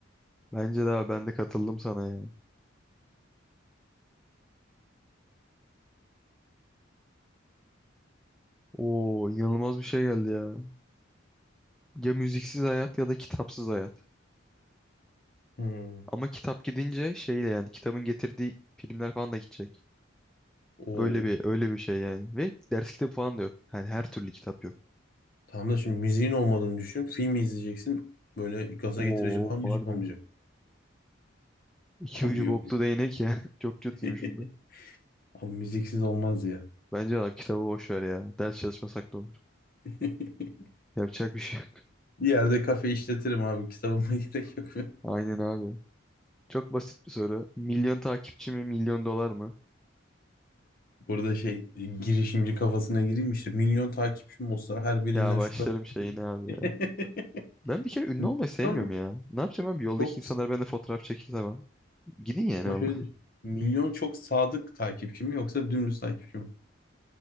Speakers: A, in the centre; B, on the left.
A: Bence de abi ben de katıldım sana ya. Oo inanılmaz bir şey geldi ya. Ya müziksiz hayat ya da kitapsız hayat.
B: Hmm.
A: Ama kitap gidince şeyle yani kitabın getirdiği filmler falan da gidecek.
B: Oo.
A: Öyle bir öyle bir şey yani. Ve ders kitabı falan da yok. Yani her türlü kitap yok.
B: Tamam da şimdi müziğin olmadığını düşün. Film izleyeceksin. Böyle gaza
A: Oo
B: getirici falan
A: harbi.
B: müzik olmayacak.
A: İki
B: Abi
A: ucu
B: yok.
A: boklu değnek ya. <laughs> Çok kötüymüş
B: <laughs>
A: bu da.
B: Abi müziksiz olmaz ya.
A: Bence abi kitabı boş ver ya. Ders çalışmasak da olur.
B: <laughs>
A: Yapacak bir şey yok.
B: Bir yerde kafe işletirim abi. Kitabıma <laughs> gerek yok.
A: <laughs> Aynen abi. Çok basit bir soru. Milyon takipçi mi, milyon dolar mı?
B: Burada şey e, girişimci kafasına gireyim işte milyon takipçim olsa her birinden
A: Ya başlarım
B: şu kadar.
A: şeyine abi
B: <laughs>
A: ya. Ben bir kere ünlü
B: Milyon
A: olmayı sevmiyorum ya. Ne yapacağım abi? Yoldaki
B: çok
A: insanlar bende fotoğraf çekti tamam. Gidin yani
B: ama
A: valla.
B: şöyle
A: <laughs>
B: düşün. Milyon çok sadık takipçi mi yoksa dümdüz takipçi mi?